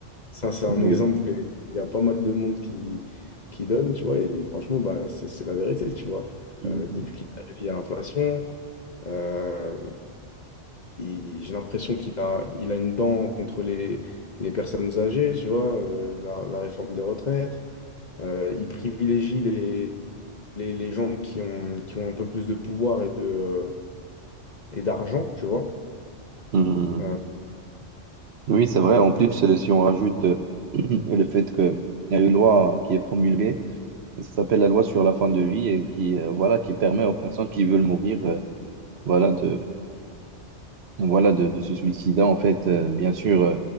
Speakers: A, on the left; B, on the right.
A: Ça, c'est un
B: oui.
A: exemple que il y a pas mal de monde qui, qui donne, tu vois, et franchement, bah, c'est c'est la vérité, tu vois.
B: Hmm,
A: Euh, depuis qu'il est arrivé, il y a l'inflation. Euh, il- il- j'ai l'impression qu'il a, il a une dent contre les, les personnes âgées, tu vois, euh, la, la réforme des retraites. Euh, il privilégie les, les, les gens qui ont, qui ont un peu plus de pouvoir et de, euh, et d'argent, tu vois.
B: hmm.
A: Euh,
B: Oui, c'est vrai.
A: donc,
B: En plus, euh, si on rajoute euh, <clears throat> le fait qu'il y a une loi qui est promulguée, ça s'appelle la loi sur la fin de vie et qui, euh, voilà, qui permet aux personnes qui veulent mourir, euh, voilà, de, voilà, de, de se suicider, en fait, euh, bien sûr, euh,